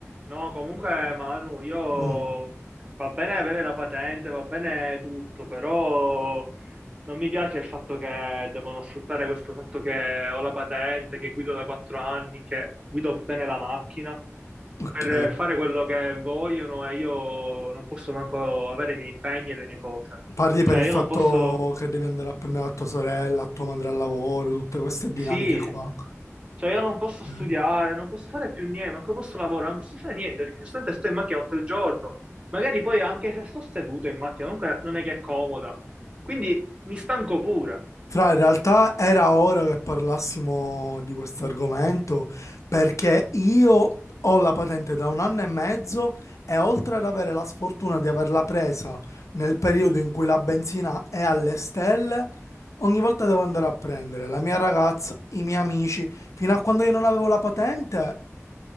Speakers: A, on the right; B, on the left.
A: No, comunque Manu, io
B: Mm,
A: va bene avere la patente, va bene tutto, però non mi piace il fatto che devono sfruttare questo fatto che ho la patente, che guido da quattro anni, che guido bene la macchina
B: ok.
A: per fare quello che vogliono e io non posso manco avere i miei impegni e le mie cose.
B: Parli
A: Cioè,
B: per il
A: io
B: fatto
A: non posso.
B: che devi andare a prendere la tua sorella, la tua madre al lavoro, tutte queste dinamiche
A: Sì,
B: qua.
A: cioè io non posso studiare,
B: Ok.
A: non posso fare più niente, manco posso lavorare, non posso fare niente perché giustamente sto in macchina tutto il giorno. Magari poi anche se sto seduto in macchina, comunque non è che è comoda. Quindi mi stanco pure.
B: Fra, in realtà era ora che parlassimo di questo argomento perché io ho la patente da un anno e mezzo e oltre ad avere la sfortuna di averla presa nel periodo in cui la benzina è alle stelle, ogni volta devo andare a prendere la mia ragazza, i miei amici, fino a quando io non avevo la patente.